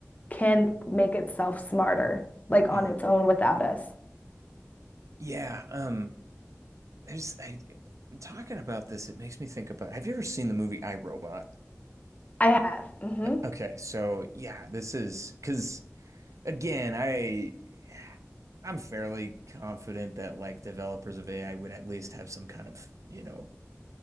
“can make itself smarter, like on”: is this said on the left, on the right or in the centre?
Left